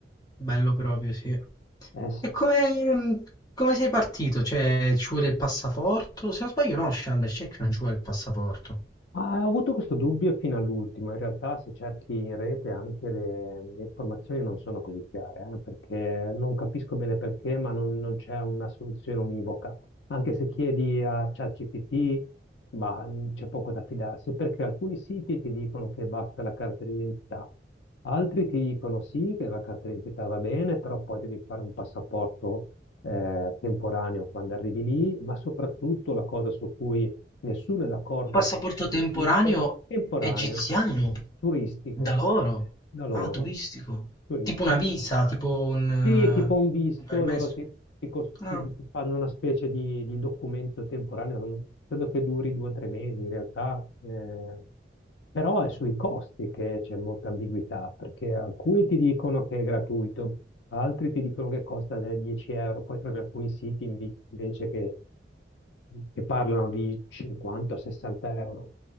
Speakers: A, on the left; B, on the left.
A: bello proprio, sì. E
B: Eh sì.
A: come, mm, come sei partito? Cioè, ci vuole il passaporto? Se non sbaglio, no, Sharm el Sheikh non ci vuole il passaporto.
B: Ma ho avuto questo dubbio fino all'ultimo, in realtà se cerchi in rete anche le, le informazioni non sono così chiare, eh, perché non capisco bene perché, ma non, non c'è una soluzione univoca. Anche se chiedi a ChatGPT, bah, mh, c'è poco da fidarsi, perché alcuni siti ti dicono che basta la carta d'identità, altri ti dicono sì, che la carta d'identità va bene, però poi devi fare un passaporto eh, temporaneo quando arrivi lì, ma soprattutto la cosa su cui nessuno è d'accordo
A: Un passaporto
B: in qualsiasi
A: temporaneo
B: sito, temporaneo,
A: egiziano?
B: turistico,
A: Da loro?
B: da loro,
A: Ah, turistico.
B: turistico.
A: Tipo una visa, tipo un, eh,
B: Sì, tipo un visto,
A: un permesso.
B: loro ti, ti cos-
A: Ah,
B: ti- ti fanno una specie di, di documento temporaneo, credo che duri due o tre mesi in realtà, eh, però è sui costi che c'è molta ambiguità, perché alcuni ti dicono che è gratuito, altri ti dicono che costa eh, 10 euro, poi trovi alcuni siti invi- invece che che parlano di 50-60 euro.